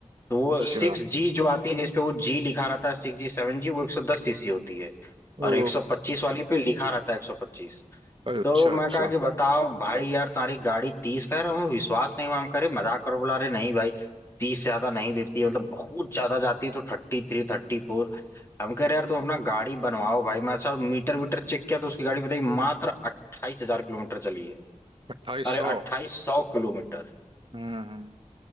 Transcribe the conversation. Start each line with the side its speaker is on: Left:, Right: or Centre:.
Left: तो वो
Right: अच्छा
Left: सिक्स जी जो आती है जिसपे वो जी लिखा रहता है सिक्स जी सेवन जी वो एक सौ दस सीसी होती है
Right: ओ
Left: और एक सौ पच्चीस वाली पे लिखा रहता है एक सौ पच्चीस
Right: अरे अच्छा
Left: तो मैं
Right: अच्छा
Left: कहा कि बताओ भाई यार तुम्हारी गाड़ी तीस कह रहा हूँ विश्वास नहीं हुआ हम करे मजाक करो बोला अरे नहीं भाई तीस ज्यादा नहीं देती है मतलब बहुत ज्यादा जाती है तो थर्टी थ्री थर्टी फोर हम कह रहे यार तुम अपना गाड़ी बनवाओ भाई मैं अच्छा मीटर वीटर चेक किया तो उसकी गाड़ी बताई मात्र अट्ठाईस हजार किलोमीटर चली है
Right: अट्ठाईस
Left: अरे
Right: सौ
Left: अट्ठाईस सौ किलोमीटर
Right: हम्म हम्म,